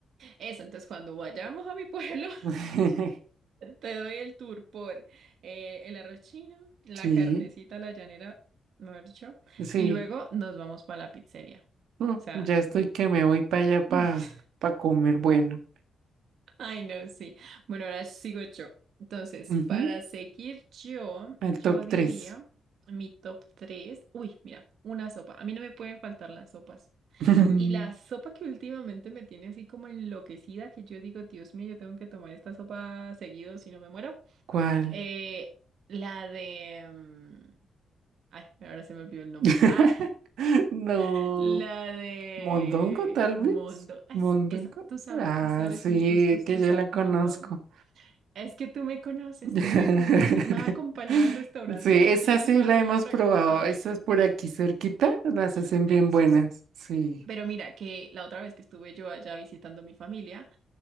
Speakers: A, on the right; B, on the right.
A: Eso, entonces cuando vayamos a mi pueblo,
B: <laughs>
A: Te doy el tour por eh, el arroz chino, la
B: Sí,
A: carnecita, a la llanera, mejor dicho,
B: sí.
A: y luego nos vamos para la pizzería.
B: No,
A: O sea,
B: ya estoy que me voy para allá
A: <laughs>
B: para comer bueno.
A: ay no, sí. Bueno, ahora sigo yo. Entonces,
B: Ujú,
A: para seguir yo, yo
B: Al top
A: diría
B: tres
A: mi top 3. Uy, mira, una sopa. A mí no me pueden faltar las sopas.
B: <laughs>
A: Y la sopa que últimamente me tiene así como enloquecida, que yo digo, Dios mío, yo tengo que tomar esta sopa seguido, si no me muero.
B: ¿Cuál?
A: Eh, la de... mm, Ay, ahora se me olvidó el nombre.
B: <laughs>
A: ¡Ah!
B: No.
A: <laughs> La de
B: ¿Mondongo tal
A: Mondo.
B: vez?
A: Ay,
B: ¿Mondongo?
A: sí, esa. Tú sabes,
B: Ah,
A: tú sabes
B: sí,
A: mis gustos,
B: es que
A: tú
B: yo
A: sabes.
B: la
A: Mondongo.
B: conozco.
A: Es que tú me conoces,
B: <laughs>
A: tú me conoces. Me has acompañado al restaurante
B: Sí,
A: de allí
B: esa
A: del
B: sí
A: barrio
B: la hemos
A: a preguntar.
B: probado. Esa
A: <laughs>
B: es por aquí cerquita. Las hacen
A: Deliciosa.
B: bien buenas. Sí.
A: Pero mira, que la otra vez que estuve yo allá visitando a mi familia,